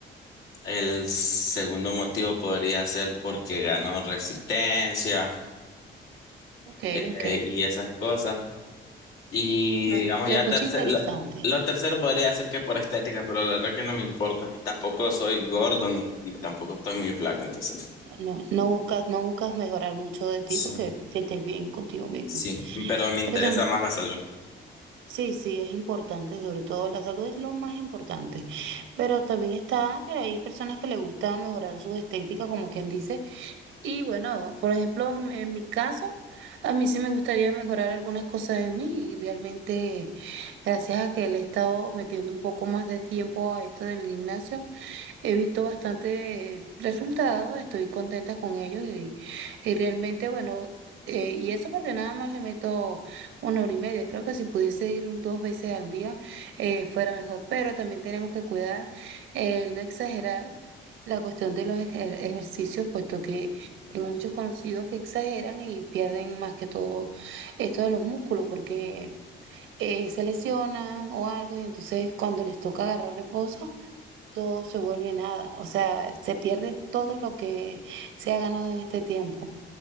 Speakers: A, on the left; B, on the right.
A: El segundo motivo podría ser porque gano resistencia
B: Ok,
A: eh,
B: ok.
A: y esas cosas. Y
B: No,
A: digamos,
B: se
A: ya
B: escucha
A: tercero,
B: interesante.
A: lo, lo tercero podría decir que por estética, pero la verdad que no me importa. Y tampoco soy gordo ni, ni tampoco estoy muy flaco, entonces
B: No, no buscas, no buscas mejorar mucho de ti
A: Sí.
B: porque que estés bien contigo mismo.
A: sí, pero me interesa
B: Pero sin-
A: más la salud.
B: sí, sí, es importante, sobre todo la salud es lo más importante. Pero también está, que hay personas que les gusta mejorar su estética, como quien dice. Y bueno, por ejemplo, en en mi caso, a mí sí me gustaría mejorar algunas cosas de mí y realmente, gracias a que le he estado metiendo un poco más de tiempo a esto del gimnasio. He visto bastante resultados, estoy contenta con ellos y, y realmente, bueno, eh, y eso porque nada más le meto una hora y media. Creo que si pudiese ir un- dos veces al día eh, fuera mejor, pero también tenemos que cuidar el no exagerar la cuestión de los ejer- ejercicios, puesto que tengo muchos conocidos que exageran y pierden más que todo esto de los músculos porque eh, se lesionan o algo y entonces cuando les toca agarrar reposo todo se vuelve nada, o sea, se pierde todo lo que se ha ganado en este tiempo.